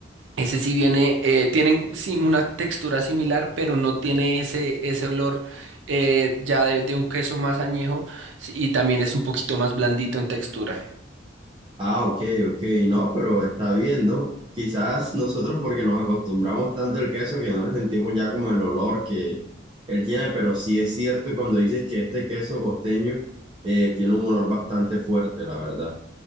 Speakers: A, on the right (about 85°); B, on the right (about 25°).
A: Ese sí viene, eh, tienen sí, una textura similar, pero no tiene ese, ese olor eh, ya de, de un queso más añejo sí, y también es un poquito más blandito en textura.
B: Ah, ok, ok, no, pero está bien, ¿no? Quizás nosotros porque nos acostumbramos tanto al queso que no le sentimos ya como el olor que él tiene, pero sí es cierto cuando dices que este queso costeño eh, tiene un olor bastante fuerte, la verdad.